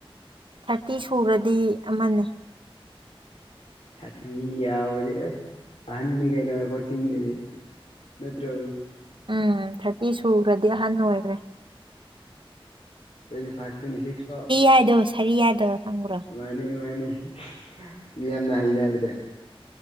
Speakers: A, on the right; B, on the left.
A: ꯊꯥꯔꯇꯤ ꯁꯨꯔꯗꯤ ꯑꯃꯅꯤ
B: ꯊꯥꯔꯇꯤ ꯌꯧꯔꯗꯤ ꯑꯍꯟꯅꯤ ꯀꯩꯅꯣ ꯑꯩꯈꯣꯢ ꯆꯤꯡꯗꯗꯤ ꯅꯠꯇ꯭ꯔꯣ
A: ꯎꯝ ꯊꯥꯔꯇꯤ ꯁꯨꯈ꯭ꯔꯗꯤ ꯑꯍꯟ ꯑꯣꯏ <inaudible>
B: ꯇ꯭ꯋꯦꯟꯇꯤ ꯐꯥꯏꯚ ꯇ꯭ꯋꯦꯟꯇꯤ ꯁꯤꯛꯁ ꯐꯥꯎ
A: ꯍꯥꯏꯗꯣ ꯁꯥꯔꯤ ꯍꯥꯏꯗꯣ ꯈꯪꯕ꯭ꯔꯣ
B: ꯅꯨꯡꯉꯥꯏꯅꯤ ꯢꯕꯥꯅꯤ <unintelligible> ꯅꯥꯢ ꯍꯥꯢꯅꯕꯁꯦ